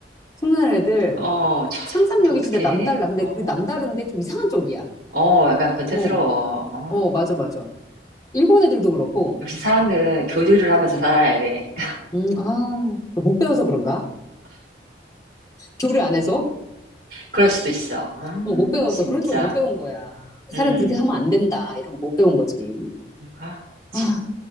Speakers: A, on the left; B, on the right.
A: 흉내내들
B: 어, 참
A: 상상력이
B: 독특해.
A: 진짜 남달라. 근데
B: 어,
A: 그 남다른데 좀 이상한 쪽이야.
B: 어, 약간 변태스러워.
A: 어.
B: 어.
A: 어, 맞아, 맞아. 일본 애들도 그렇고,
B: 역시 사람들은 교류를 하면서
A: 음,
B: 살아야 돼. <laughs>
A: 음, 아, 못 배워서 그런가? 교류 안 해서?
B: 그럴 수도 있어. 아,
A: 어, 못 배워서
B: 진짜.
A: 그런 쪽을 못 배운 거야.
B: 음,
A: 사람 그렇게 하면 안 된다. 이런 거 못 배운 거지.
B: 아, 참.
A: 아,